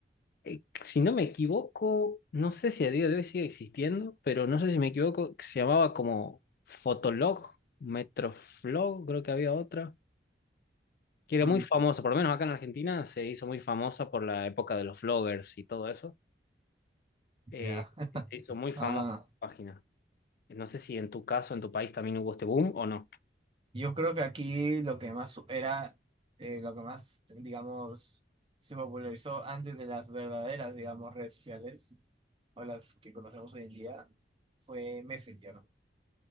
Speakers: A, on the left; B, on the right.
A: Eh, Si no me equivoco, no sé si a día de hoy sigue existiendo, pero no sé si me equivoco, se llamaba como Fotolog, Metroflog, creo que había otra que era
B: mm,
A: muy famosa, por lo menos acá en Argentina se hizo muy famosa por la época de los vloggers y todo eso. Eh,
B: ya.
A: se hizo muy famosa
B: Ah,
A: esa página. No sé si en tu caso, en tu país también hubo este boom o no.
B: yo creo que aquí lo que más era, eh, lo que más, digamos, se popularizó antes de las verdaderas, digamos, redes sociales o las que conocemos hoy en día fue Messenger.